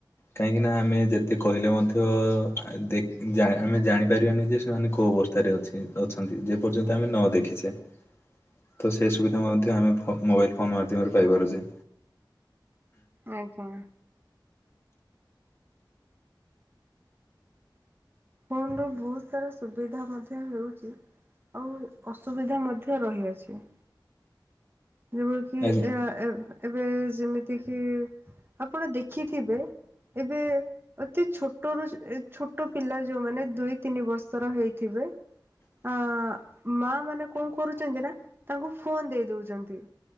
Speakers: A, on the left; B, on the right.
A: କାହିଁକି ନା ଆମେ ଯେତେ କହିଲେ ମଧ୍ୟ ଆ, ଦେଖ ଜା ଆମେ ଜାଣି ପାରିବାନି ଯେ ସେମାନେ କୋଉ ଅବସ୍ଥାରେ ଅଛି ଅଛନ୍ତି ଯେ ପର୍ଯ୍ୟନ୍ତ ଆମେ ନ ଦେଖିଛେ। ତ ସେହି ସୁବିଧା ମଧ୍ୟ ଆମେ ଫୋ ମୋବାଇଲ ଫୋନ୍ ମାଧ୍ୟମରେ ପାଇପାରୁଚେ।
B: ଆଜ୍ଞା। ଫୋନ୍ ରୁ ବହୁତ ସାରା ସୁବିଧା ମଧ୍ୟ ହେଉଛି। ଆଉ ଅସୁବିଧା ମଧ୍ୟ ରହିଅଛି। ଯେବ ଖି
A: ଆଜ୍ଞା
B: ଏହା ଏ ଏବେ ଯେମିତି କିି ଆପଣ ଦେଖିଥିବେ ଏବେ ଅତି ଛୋଟ ରୁ ଯେ ଛୋଟ ପିଲା ଯୋଉମାନେ ଦୁଇ ତିନି ବର୍ଷର ହେଇଥିବେ
A: ହ
B: ଆ, ମା ମାନେ କଣ କରୁଚନ୍ତି ନା ତାଙ୍କୁ ଫୋନ୍ ଦେଇ ଦଉଚନ୍ତି।